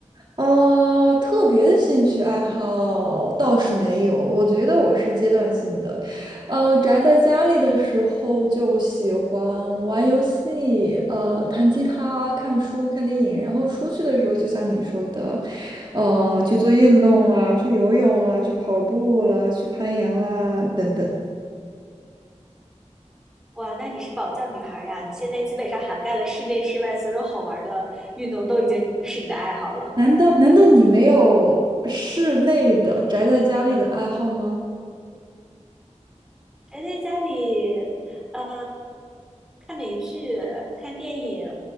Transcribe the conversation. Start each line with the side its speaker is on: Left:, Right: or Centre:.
Right: 呃，特别的兴趣爱好倒是没有，我觉得我是阶段性的。呃，宅在家里的时候就喜欢玩游戏，呃，弹吉他、看书、看电影，然后出去的时候，就像你说的，呃，去做运动啦，去游泳啦，去跑步啦，去攀岩啦，等等。
Centre: 哇，那你是宝藏女孩儿呀！你现在基本上涵盖了室内、室外所有好玩儿的运动，都已经是你的爱好了。
Right: 难道难道你没有室内的宅在家里的爱好吗？
Centre: 宅在家里，呃，看美剧、看电影，